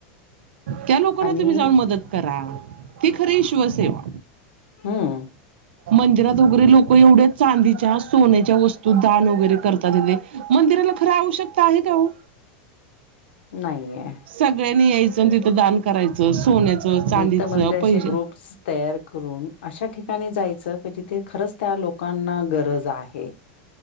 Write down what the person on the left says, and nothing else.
आणि
हम्
नाही आहे.
मी तर म्हणते असे
ग्रुप्स तयार करून अशा ठिकाणी जायचं क जिथे खरंच. त्या लोकांना गरज आहे.